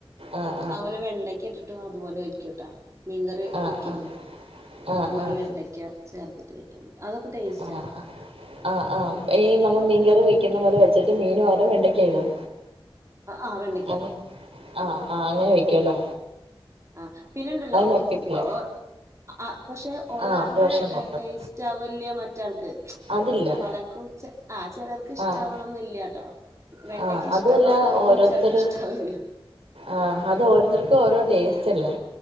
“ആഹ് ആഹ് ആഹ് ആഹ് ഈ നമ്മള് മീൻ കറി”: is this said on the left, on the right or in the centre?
Right